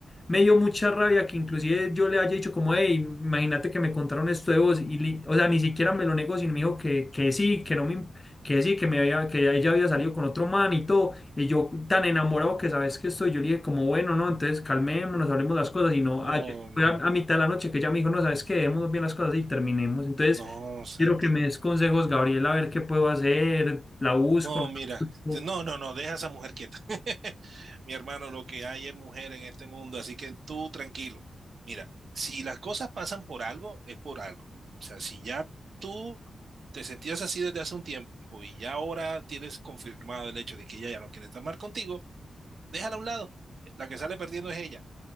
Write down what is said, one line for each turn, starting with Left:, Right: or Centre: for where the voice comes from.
Left: me dio mucha rabia que inclusive yo le haya dicho como, hey, imagínate que me contaron esto de vos. Y, li- o sea, ni siquiera me lo negó, sino me dijo que, que sí, que no me, im- que sí, que me había, que ella había salido con otro man y todo. Y yo tan enamorado que sabes que estoy, yo le dije como, bueno, no, entonces calmémonos, hablemos las cosas. Y no,
Right: No,
Left: ayer
Right: no,
Left: fue a, a mitad de la noche que ella me dijo, no, sabes que debemos bien las cosas y terminemos. Entonces,
Right: no, Santi.
Left: quiero que me des consejos, Gabriel, a ver qué puedo hacer, la busco.
Right: No,
Left: no
Right: mira,
Left: la busco.
Right: te- no, no, no, deja a esa mujer quieta. <laughs> Mi hermano, lo que hay es mujer en este mundo, así que tú tranquilo. Mira, si las cosas pasan por algo, es por algo. O sea, si ya tú te sentías así desde hace un tiempo y ya ahora tienes confirmado el hecho de que ella ya no quiere estar más contigo, déjala a un lado. La que sale perdiendo es ella.